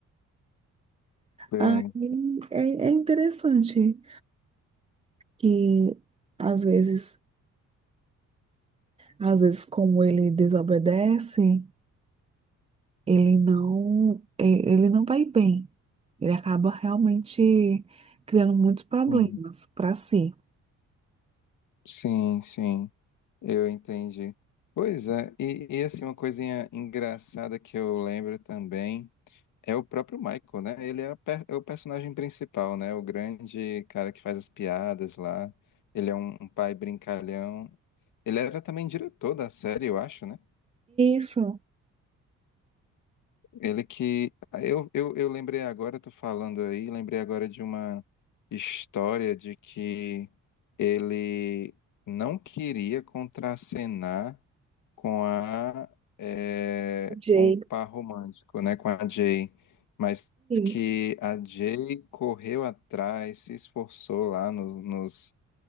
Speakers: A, on the left; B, on the right.
A: Bem,
B: Aí é, é interessante que às vezes, às vezes como ele desobedece, ele não, e- ele não vai bem. Ele acaba realmente criando muitos problemas
A: sim.
B: pra si.
A: Sim, sim, eu entendi. Pois é, e, e assim, uma coisinha engraçada que eu lembro também é o próprio Michael, né? Ele é, a per- é o personagem principal, né? O grande cara que faz as piadas lá. Ele é um, um pai brincalhão. Ele era também diretor da série, eu acho, né?
B: Isso,
A: Ele que. ah, Eu, eu, eu lembrei agora, tô falando aí, lembrei agora de uma história de que ele não queria contracenar com a é,
B: Jay.
A: com o par romântico, né, com a Jay, mas que
B: Isso.
A: a Jay correu atrás, se esforçou lá no- nos